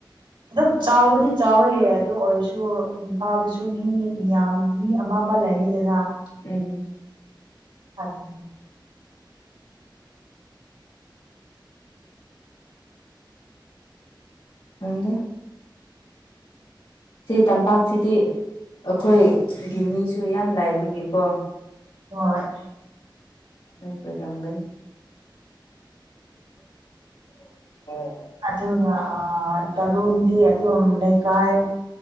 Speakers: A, on the right; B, on the left.
A: ꯑꯗꯨꯝ ꯆꯥꯎꯕꯗꯤ ꯆꯥꯎꯋꯦ ꯑꯗꯨ ꯑꯣꯏꯔꯁꯨ ꯏꯝꯐꯥꯜꯗꯁꯨ ꯃꯤ ꯃꯤꯌꯥꯝ ꯃꯤ ꯑꯃ ꯑꯃ ꯂꯩꯉꯤꯗꯅ
B: ꯎꯝ
A: ꯑꯗ
B: <unintelligible> ꯑꯗ ꯁꯤ ꯇꯝꯄꯥꯛꯁꯤꯗꯤ ꯑꯩꯈꯣꯏꯒꯤ ꯃꯤꯁꯨ ꯌꯥꯝ ꯂꯥꯏꯕꯒꯤꯀꯣ
A: ꯍꯣꯏ
B: ꯑ ꯑꯣꯏ ꯇꯒꯜ <unintelligible> ꯑꯣ
A: ꯑꯗꯨꯒ ꯇꯔꯨꯟꯗꯤ ꯑꯗꯨꯝ ꯂꯩꯀꯥꯏ